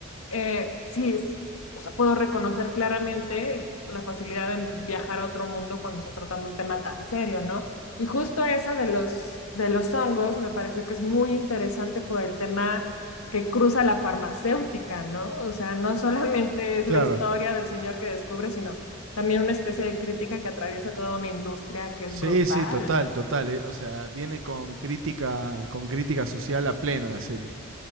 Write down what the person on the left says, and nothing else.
eh, sí, es- o sea, puedo reconocer claramente la facilidad de viajar a otro mundo cuando está tratando un tema tan serio, ¿no? Y justo esa de los, de los hongos me pareció que es muy interesante por el tema que cruza la farmacéutica, ¿no? O sea, no solamente es
la historia del señor que descubre, sino también una especie de crítica que atraviesa toda una industria que es
brutal.